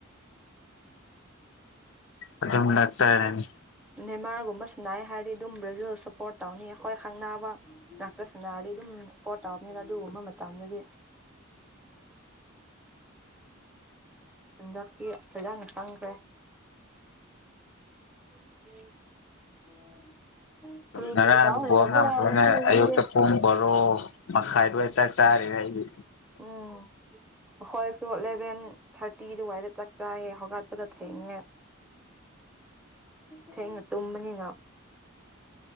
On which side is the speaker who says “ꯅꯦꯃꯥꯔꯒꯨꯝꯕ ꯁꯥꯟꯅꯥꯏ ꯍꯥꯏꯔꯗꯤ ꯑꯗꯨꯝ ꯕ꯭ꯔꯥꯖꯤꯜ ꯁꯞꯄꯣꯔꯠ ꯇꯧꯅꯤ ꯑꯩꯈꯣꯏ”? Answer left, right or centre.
Centre